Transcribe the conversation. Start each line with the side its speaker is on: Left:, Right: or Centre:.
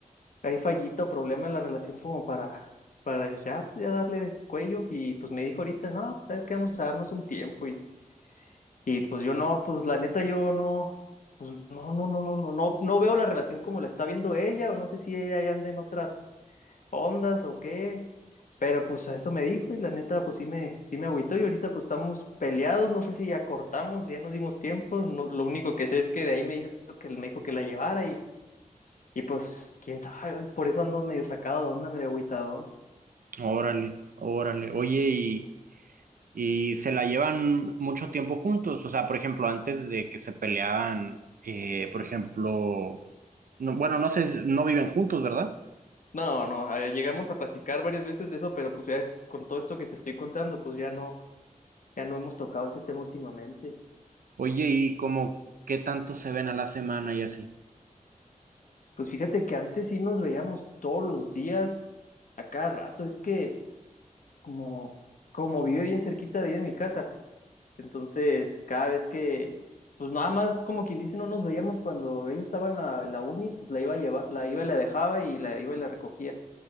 Left: hay fallito o problema en la relación como para, para ya, pues ya darle cuello. Y pues me dijo ahorita, no, pues sabes que vamos a darnos un tiempo y y pues yo no, pues la neta yo no, pues no, no, no, no, no, no, no veo la relación como la está viendo ella, o no sé si ella ya anda en otras ondas o qué, pero pues a eso me dijo y la neta pues sí me, sí me agüitó y ahorita pues estamos peleados, no sé si ya cortamos, ya nos dimos tiempo, no- lo único que sé es que de ahí me hizo que me dijo que la llevara y, y pues quién sabe, por eso ando medio sacado de onda, medio agüitadón.
Right: órale, órale. Oye, y, y se la llevan mucho tiempo juntos. O sea, por ejemplo, antes de que se peleaban, eh, por ejemplo, no- bueno, no sé, no viven juntos, ¿verdad?
Left: No, no, eh, llegamos a platicar varias veces de eso, pero pues ya es- con todo esto que te estoy contando, pues ya no. Ya no hemos tocado ese tema últimamente.
Right: Oye, y como qué tanto se ven a la semana y así.
Left: Pues fíjate que antes sí nos veíamos todos los días, a cada rato. Es que como, como vive bien cerquita de ahí de mi casa, entonces cada vez que, pues nada más como quien dice, no nos veíamos cuando ella estaba en la, en la uni, pues la iba a llevar, la iba y la dejaba y la iba y la recogía.